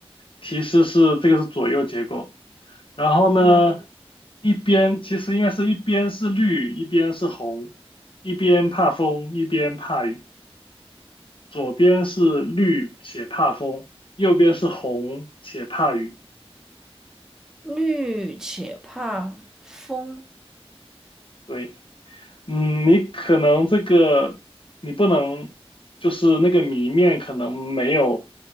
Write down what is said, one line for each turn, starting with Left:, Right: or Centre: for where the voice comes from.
Left: 提示是这个是左右结构。然后呢，
Centre: 嗯。
Left: 一边其实应该是一边是绿，一边是红，一边怕风，一边怕雨。左边是绿且怕风，右边是红且怕雨。
Centre: 绿且怕风，
Left: 对。嗯，你可能这个你不能，就是那个谜面可能没有，